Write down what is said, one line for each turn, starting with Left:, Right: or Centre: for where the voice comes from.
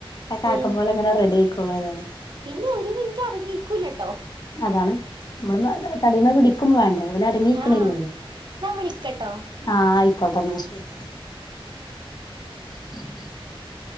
Left: അക്കെ
Right: ഉം
Left: ആക്കംപോലെ അങ്ങനെ റെഡി ആയിക്കോ പ്രളയതായിന്നു
Right: പിന്നെ ഒരു മിനിറ്റ് അടങ്ങിരിക്കൂലട്ടോ
Left: അതാണ് നമ്മള് തടിമെ പിടി ക്കും വേണ്ടേ ല് അടങ്ങിക്ക്ണില്ലല്ലോ
Right: ആഹ് ന്നാ വിളിക്കട്ടോ
Left: ആ ആയി യിക്കോട്ടന്ന ശെരി <inaudible>